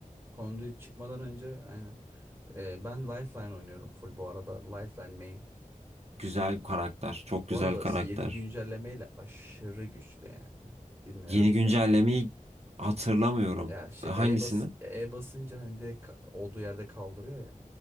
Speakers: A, on the right; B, on the right.
A: Conduit çıkmadan önce aynen. Ee, ben Lifeline oynuyorum full bu arada. Lifeline main.
B: Güzel karakter. Çok
A: Bu
B: güzel
A: arada
B: karakter.
A: yeni güncellemeyle aşırı güçlü yani. Bilmiyorum
B: Yeni
A: bile.
B: güncellemeyi hatırlamıyorum.
A: Ya şey
B: E, Hangisini?
A: E bas E basınca hani direkt ka- olduğu yerde kaldırıyor ya.